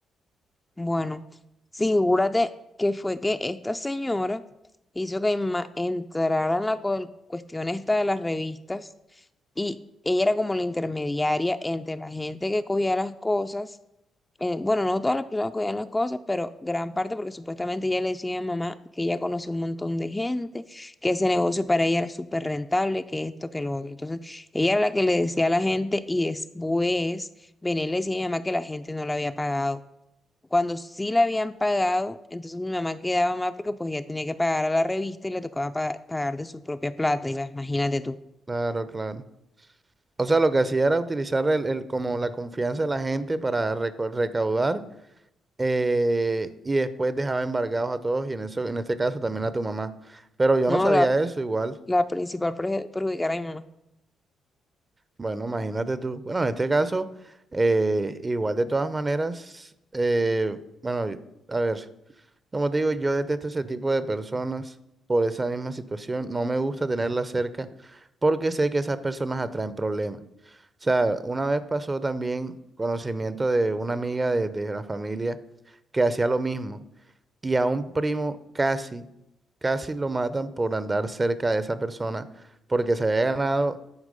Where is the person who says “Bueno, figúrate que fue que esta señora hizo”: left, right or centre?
Left